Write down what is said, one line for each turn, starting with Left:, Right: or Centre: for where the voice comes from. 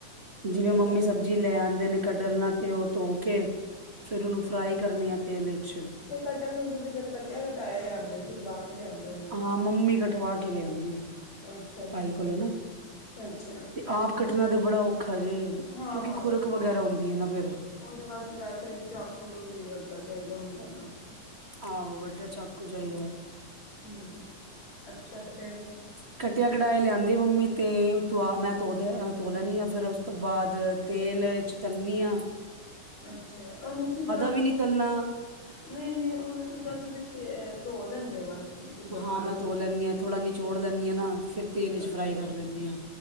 Left: ਮੈਂ
Right: ਜਿਵੇਂ
Left: ਕਿਹਾ
Right: ਮੰਮੀ
Left: ਚਲੋ
Right: ਸਬਜ਼ੀ ਲੈ ਆਂਦੇ ਨੇ, ਕਟਲ ਨਾ ਤੇ ਉਹ ਧੋਕੇ, ਫਿਰ ਉਹਨੂੰ ਫ੍ਰਾਈ
Left: ਅੱਛਾ
Right: ਕਰਨੀ ਆ ਤੇਲ ਇੱਚ।
Left: ਤੇ ਕਟਲ ਨੂੰ ਤੁਸੀ ਫਿਰ ਕੱਟਿਆ-ਕਟਾਇਆ ਲਿਆਂਦੇ ਓ, ਛਿਲਵਾਕੇ ਲਿਆਂਦੇ ਹੁੰ
Right: ਹਾਂ, ਮੰਮੀ ਕਟਵਾਕੇ ਲਿਆਂਦੀ,
Left: ਅੱਛਾ-ਅੱਛਾ,
Right: ਭਾਈ ਕੋਲੋਂ ਨਾ।
Left: ਅੱਛਾ
Right: ਆਪ ਕੱਟਣਾ ਤੇ ਬੜਾ ਔਖਾ ਜੇ,
Left: ਹਾਂ-ਹਾਂ।
Right: ਕਿਉਂਕਿ ਖੁਰਕ ਵਗੈਰਾ ਹੁੰਦੀ ਹੈ ਨਾ ਫਿਰ।
Left: ਉਹਦੇ ਵਾਸਤੇ, ਵੈਸੇ ਵੀ ਚਾਕੂ ਵੀ ਵੱਡਾ ਚਾਹੀਦਾ ਹੁੰਦਾ ਨਾ।
Right: ਆਹੋ, ਵੱਡਾ ਚਾਕੂ ਚਾਹੀਦੈ।
Left: ਹੂੰ, ਅੱਛਾ ਤੇ ਫੇਰ
Right: ਕੱਟਿਆ-ਕਟਾਇਆ ਲਿਆਂਦੀ ਮੰਮੀ ਤੇ, ਤ ਆ ਮੈਂ ਤੋ, ਧੋ ਲੈਂਦੀ ਆ, ਫਿਰ ਉਸ ਤੋਂ ਬਾਅਦ ਤੇਲ'ਚ ਤਲਨੀ ਆਂ।
Left: ਅੱਛਾ, ਉਹਨੁੰ ਸਿੱਧਾ
Right: ਵੀ ਨਹੀਂ ਤਲਣਾ
Left: ਨਹੀਂ-ਨਹੀਂ ਉਹਨੂੰ ਸਿੱਧਾ ਤੁਸੀਂ ਧੋ ਦੇੰਦੇ ਓ, ਬਸ? ਸਿੱਧਾ
Right: ਹਾਂ
Left: ਪਾਣੀ
Right: ਮੈਂ
Left: ਨਾਲ
Right: ਧੋ ਲੈਂਨੀ ਆ, ਥੋੜ੍ਹਾ ਨਿਚੋੜ ਲੈਂਨੀ ਆ ਨਾ, ਫਿਰ ਤੇਲ'ਚ
Left: ਅੱਛਾ
Right: ਫ੍ਰਾਈ ਕਰ ਲੈਂਨੀ ਆ।